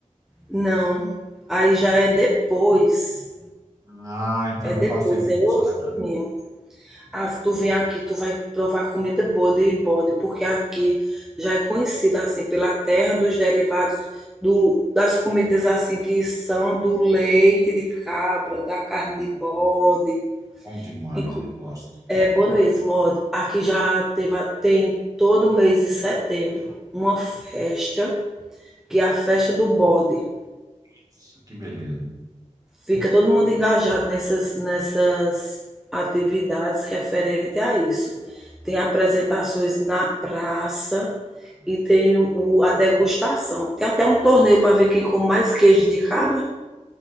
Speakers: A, in the centre; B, on the right.
A: Não. Aí já é depois.
B: Ah, então
A: É
B: não
A: depois,
B: passei mesmo
A: é outro
B: em Soledade.
A: caminho. Ah, se tu vier aqui, tu vai provar comida boa de bode, porque aqui já é conhecida assim pela terra dos derivados do, das comidas assim que são do leite de cabra, da carne de bode,
B: Bom demais,
A: Inclu-
B: eu gosto.
A: É Bonoês, modo. Aqui já teve, a- tem todo mês de setembro uma festa, que é a festa do bode.
B: Nossa, que beleza.
A: Fica todo mundo engajado nessas, nessas atividades referente a isso. Tem apresentações na praça e tem o, o- a degustação. Tem até um torneio para ver quem come mais queijo de cabra